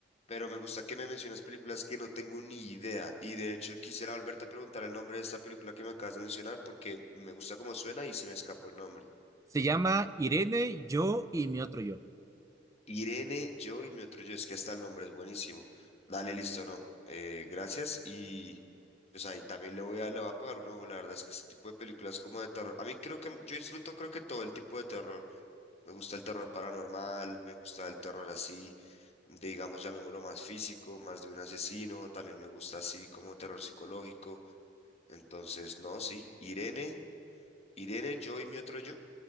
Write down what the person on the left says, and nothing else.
pero me gusta que me menciones películas que no tengo ni idea. Y de hecho quisiera volverte a preguntar el nombre de esta película que me acabas de mencionar porque me gusta cómo suena y se me escapó el nombre.
Irene, yo y mi otro yo, es que hasta el nombre es buenísimo. Dale, listo, no. Eh, gracias y pues ahí también le voy a, le voy a pegar un ojo, la verdad es que ese tipo de películas como de terror, a mí creo que yo disfruto creo que todo el tipo de terror. Me gusta el terror paranormal, me gusta el terror así, digamos, llamémoslo más físico, más de un asesino, también me gusta así como terror psicológico. Entonces, no, sí. Irene, Irene, yo y mi otro yo.